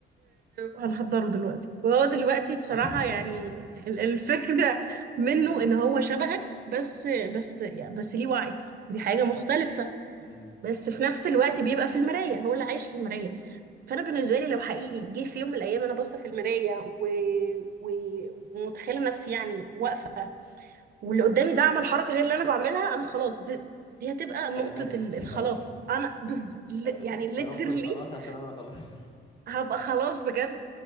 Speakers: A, on the right; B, on the left.
A: وهنحضره دلوقتي وهو دلوقتي بصراحه
B: <laughs>
A: يعني ال- الفكره منه ان هو شبهك بس بس يعني بس ليه وعي دي حاجه مختلفه
B: مم.
A: بس في نفس الوقت بيبقى في المراية هو اللي عايش في المراية فأنا بالنسبة لي لو حقيقي جه في يوم من الأيام أنا باصة في المراية و... و... ومتخيلة نفسي يعني واقفة واللي قدامي ده عمل حركة غير اللي أنا بعملها أنا خلاص دي, دي هتبقى نقطة
B: انا ماتت
A: ال- الخلاص
B: <laughs> خلاص
A: أنا بز... ل-
B: آه،
A: يعني
B: يا رب
A: literally
B: الخلاص عشان انا خلاص
A: هبقى خلاص بجد